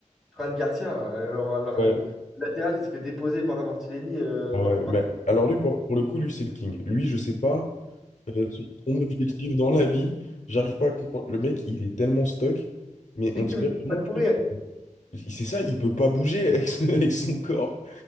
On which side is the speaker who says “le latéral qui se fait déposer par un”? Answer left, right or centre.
Centre